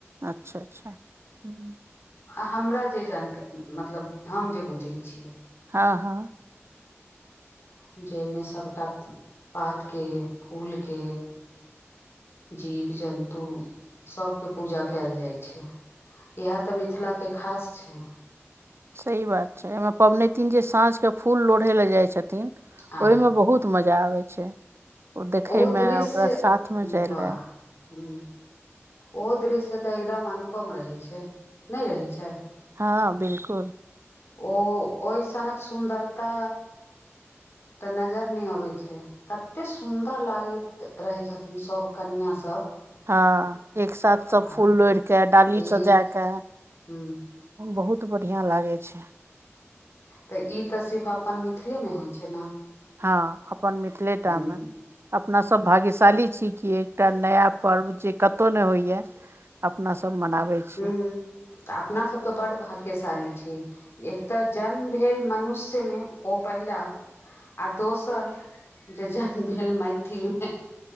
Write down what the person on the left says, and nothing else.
आ हमरा जे जानकार मतलब हम जे बुझैत छियै
जाहिमे सबटा पात के फूल के जीव जन्तु सभके पूजा कयल जाइ छै इएह तऽ मिथिलाके खास छै
आहा
ओ
दृश्य
वाह
ह ओहो दृश्य तऽ एकदम अनुपम रहै छै नहि रहैत छै
ओ ओहिसनक सुन्दरता तऽ नजरि नहि अबैत छै एते सुन्दर लागैत रहै छथिन सभ कनिआ सब
आ
एक
हूँ
तऽ ई तऽ सिर्फ अपन मिथिलेमे होइत छै ने
हूँ
हूँ तऽ अपनासभ तऽ बड भाग्यशाली छी एक तऽ जन्म भेल मनुष्यमे ओ पहिला आओ दोसर जे जन्म भेल मैथिलमे